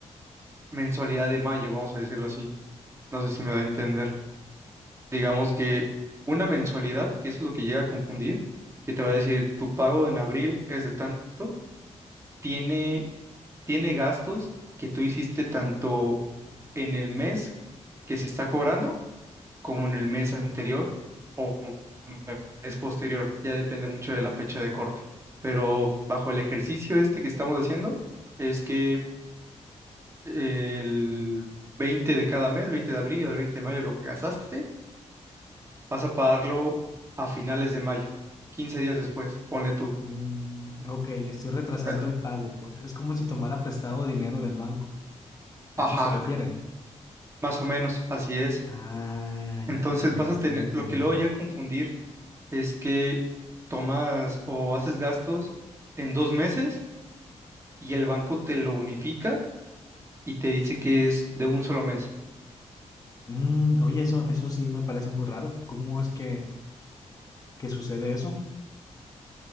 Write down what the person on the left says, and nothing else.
Mm, ok, le estoy retrasando
el pago, pues. Es como si tomara prestado dinero del banco. ¿A
eso se refiere?
Ah,
ya, ya
estoy
entendiendo.
Mm, oye, eso, eso sí me parece muy raro. ¿Cómo es que, que sucede eso?